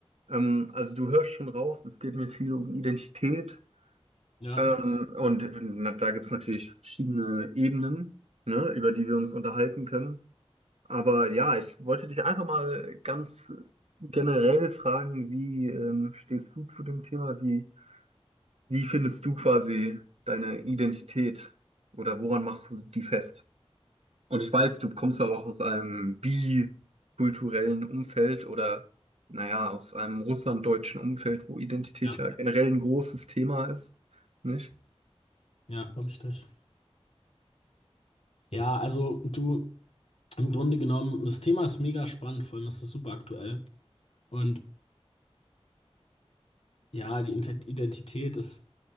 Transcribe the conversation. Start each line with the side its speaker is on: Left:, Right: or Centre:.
Right: Ähm, also du hörst schon raus, es geht mir viel um Identität.
Left: Ja,
Right: Ähm, und na, da gibt es natürlich verschiedene Ebenen, ne, über die wir uns unterhalten können. Aber ja, ich wollte dich einfach mal ganz generell fragen, wie ähm, stehst du zu dem Thema? Wie wie findest du quasi deine Identität oder woran machst du die fest? Und ich weiß, du kommst ja auch aus einem bikulturellen Umfeld oder naja, aus einem russlanddeutschen Umfeld, wo Identität
Left: ja,
Right: ja generell ein großes Thema ist, nicht?
Left: ja, richtig. Ja, also du, im Grunde genommen, das Thema ist mega spannend, vor allem ist es super aktuell. Und ja, die Inte- Identität ist,